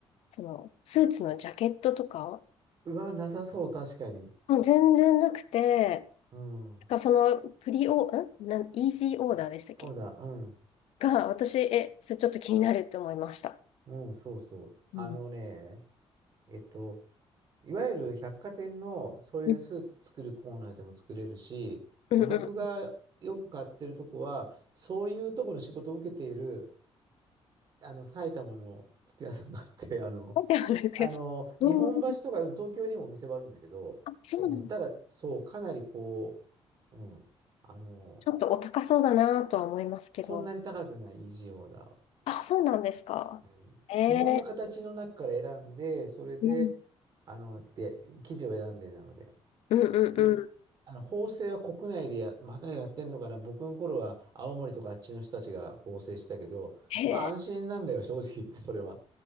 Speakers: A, on the left; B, on the right.
A: その、スーツのジャケットとか、
B: うわ、なさそう、確かに。
A: もう全然なくて、
B: うん。
A: だからその、プリオ、んなん、イージーオーダーでしたっけ
B: そうだ、うん。
A: が、私、え、それちょっと気になるって思いました。
B: うん、そうそう。あのね、
A: うん。
B: えっと、いわゆる百貨店のそういうスーツ作るコーナーでも作れるし、
A: うんうんうん。
B: で、僕がよく買ってるとこは、そういうとこの仕事を受けているあの、埼玉の服屋さんがあって、<laughs> あの、
A: でもなんか
B: あの、
A: うん、
B: 日本橋とか、うん東京にもお店はあるんだけど、
A: あ、そうなの。
B: うん、ただ、そう、かなりこう、うん、あの、
A: ちょっとお高そうだなとは思いますけど。
B: そんなに高くない維持だ。
A: あ、そうなんですか。
B: うん、
A: ええ
B: 基本の形の中から選んで、それで、
A: うん
B: あの、で、生地を選んでなので。
A: うんうんうん。
B: で、あの、縫製は国内でや、まだやってんのかな。僕の頃は青森とかあっちの人たちが縫製したけど、
A: へえ、
B: まあ安心なんだよ、正直言って、それは。